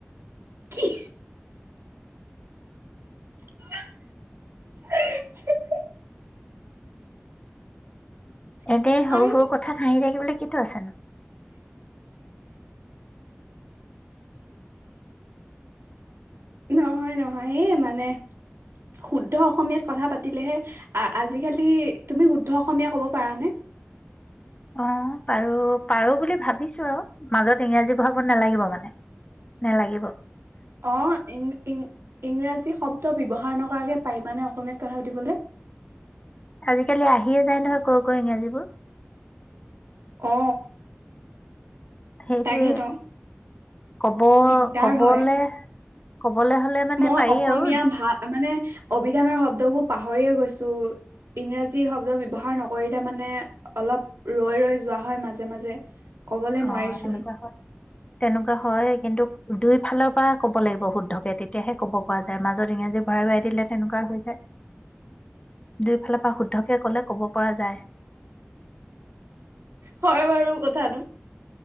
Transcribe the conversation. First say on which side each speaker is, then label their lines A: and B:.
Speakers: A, on the right; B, on the left.
A: কি? <unintelligible> হিঃ হিহ
B: ইয়াতে
A: নাই
B: সৰু সৰু কথাত হাঁহি থাকিবলৈ কিটো আছে নো?
A: নহয় -নহয়, এই মানে শুদ্ধ অসমীয়াত কথা পাতিলেহে, আজিকালি তুমি শুদ্ধ অসমীয়া কব পাৰা নে?
B: অ পাৰো, পাৰো বুলি ভাবিছো আও। মাজত ইংৰাজী বহাব নালাগিব মানে নে লাগিব?
A: অ, ইং ইং ইংৰাজী শব্দ ব্যৱহাৰ নকৰাকে পাৰিবানে অসমীয়াত কথা পাতিবলে?
B: আজিকালি আহিয়ে যায় নহয় কৰ, কৰ ইংৰাজীবোৰ।
A: অ।
B: সেইটোৱে।
A: তাকেতো
B: ক'ব,
A: দিগদাৰ
B: ক'বলে
A: হয়
B: কবলে হলে মানে
A: মই
B: পাৰি
A: অসমীয়া
B: আৰু
A: ভা মানে অভিধানৰ শব্দবোৰ পাহৰিয়ে গৈছো। ইংৰাজী শব্দ ব্যৱহাৰ নকৰিলে মানে অলপ ৰৈ ৰৈ যোৱা হয় মাজে মাজে। ক'বলে নোৱাৰিচোন
B: অ সেনেকুৱা হয়। তেনেকুৱা হইয়ে কিন্তু দুই ফালৰ পৰা ক'ব লাগিব শুদ্ধকে তেতিয়াহে ক'ব পৰা যায়, মাজ ত ইংৰাজী ভৰাই ভৰাই দিলে তেনেকুৱা হৈ যায়। দুইফালৰ পৰা শুদ্ধকে ক'লে ক'ব পৰা যায়।
A: হয় বাৰু কথাটো,